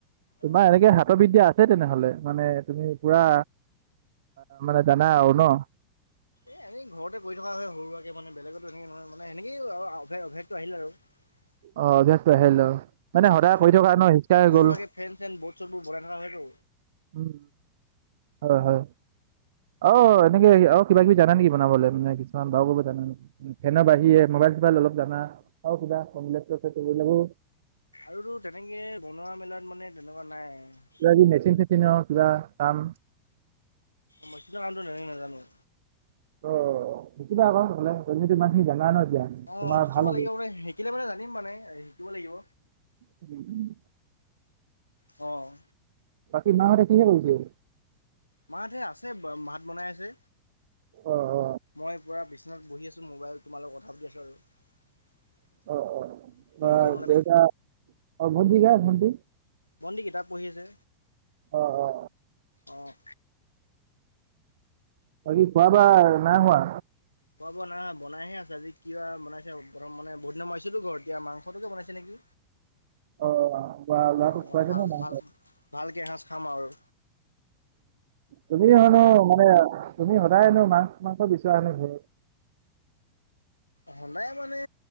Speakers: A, on the right; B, on the left.
A: তোমাৰ
B: অ',
A: এনেকে হাতবিদ্যা আছে তেনেহলে মানে তুমি পুৰা। ত মানে জানা আৰু ন
B: এনে ঘৰতে কৰি থকা হয় সৰু সুৰাকে মানে বেলেগতো এনে নহয় মানে এনেকেয় মানে অভ্যাসটো আহিল আৰু <unintelligible>
A: অ অভ্যাসটো আহিল ল মানে সদায়
B: অ',
A: কৰি থকা ন সিচকা হৈ
B: সৰু
A: গ'ল।
B: সুৰাকে ফেন চেন বদ চো বোৰ বনাই থকা হয়তো।
A: উম হয় হয়। অ এনেকে অ কিবা কিবি জানা নেকি বনাবলে মানে কিছুমান বাও কৰিব জানা নেকি? ফেনৰ বাঢ়িৰে মোবাইল চোবাইল অলপ জানা আৰু কিবা কমিল সেইবিলাকো-
B: আৰু তেনেকে বনোৱা মেলাত মানে তেনেকুৱা নাই
A: কিবা কিবি মেচিন চেচিনও কিবা কাম।
B: মেচিন কামটো ইমানকে নাজানোঁ
A: অ শিকিবাক তামানে তুমিতো ইমানখিনি জানাই ন। এতিয়া
B: অ
A: তোমাৰ
B: শিকিব
A: ভাল হ'ব
B: লাগিব মানে শিকিলে মানে জানিম মানে শিকিব লাগিব।
A: উম উম।
B: অঁ
A: বাকি মাহঁতে কিহে কৰিছে?
B: মাহঁতে আছে ভাত বনাই আছে।
A: অ অ
B: মই পূৰা বিচনাত বহি আছোঁ মোবাইল তোমালগত কথা পাতি আছোঁ আৰু।
A: অ অ
B: ফোন
A: অ
B: কৰোঁ মানে
A: দেউটা অ ভন্টি কা ভন্টি-
B: ভন্টি কিতাপ পঢ়ি আছে।
A: অ অ
B: অঁ
A: বাকী খোৱা বাৱা নাই হোৱা।
B: খোৱা বোৱা নাই হোৱা বনাইহে আছে খোৱা বোৱা নাই হোৱা, আজি কিবা বনাইছে বহুত দিনৰ মূৰত ঘৰত এতিয়া মাংসটোকে বনাইছে নেকি।
A: অ বা ল'ৰাটোক
B: অঁ
A: খুৱাইছে
B: মানে ভাল
A: নে নাই
B: ভাল
A: খোৱা?
B: ভালকে এসাজ খাম আৰু।
A: তুমি হয়ন মানে তুমি সদায়নো মাছ মাংস বিচৰা হেনো ঘৰত।
B: সদায় মানে